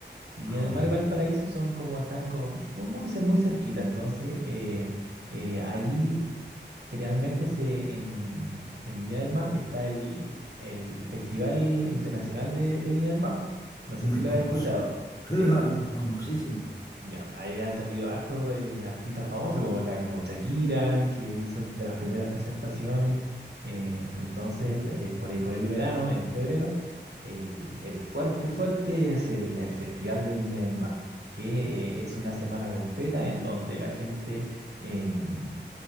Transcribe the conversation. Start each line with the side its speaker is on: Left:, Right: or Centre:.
Right: Viña
Left: Ah,
Right: del Mar y Valparaíso son como están con, muy, muy, cer- muy cerquita, entonces eh, eh, ahí Generalmente se, en, en Viña del Mar está el, el Festival Internacional de, de Viña del Mar. No sé
Left: muy
Right: si lo
Left: famoso.
Right: has escuchado.
Left: Claro,
Right: ¿Sí?
Left: famosísimo.
Right: Mm. Ya, ahí han salido hartos eh, artistas famosos como, la, como Shakira, que hizo de las primeras presentaciones. Eh, entonces, eh, por ahí por el verano, en febrero, el, el fuerte, fuerte es el, el Festival de Viña del Mar, que eh, es una semana completa en donde la gente... em,